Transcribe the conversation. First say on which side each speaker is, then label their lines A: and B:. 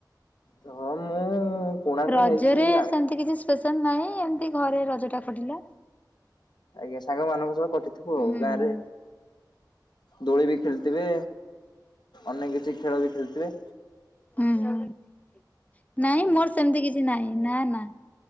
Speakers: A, on the left; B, on the left.
A: ହଁ ମୁଁ କୋଣାର୍କ
B: ରଜରେ
A: ଯାଇଛି ରା
B: ସେମତି କିଛି ସ୍ପେଶାଲ ନାହିଁ, ଏମତି ଘରେ ରଜଟା କଟିଲା।
A: ଆଜ୍ଞା। ସାଙ୍ଗମାନଙ୍କ ସହ କଟିଥିବ ଆଉ।
B: ହୁଁ
A: ଗାଁରେ
B: ହୁଁ।
A: ଦୋଳି ବି ଖେଳିଥିବେ, ଅନେକ କିଛି ଖେଳ ବି ଖେଳିଥିବେ?
B: ହୁଁ, ହୁଁ। ନାଇଁ ମୋର ସେମତି କିଛି ନାହିଁ, ନା ନା।